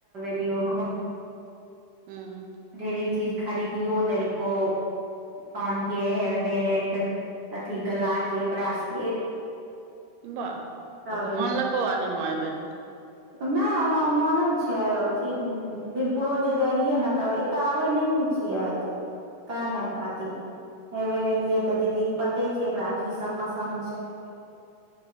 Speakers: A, on the right; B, on the right.
A: एलियो
B: हँ।
A: ढेरीक चीज खरीदियओ देलको -कानके हेयर बैंड। अथी गला के ब्रासलेट।
B: बाह -
A: तब
B: ह तऽ मानलको आ नई मा एबर।
A: त नै ओना मानै छै अथी उ वीरपुरो जे जाइ रहियै ने तऽ। तऽ आबै नहि ने छियै त काने खातिर। एहिबेर एलियै तऽ दीदी पते छै एकरा की सब पसन्द छै।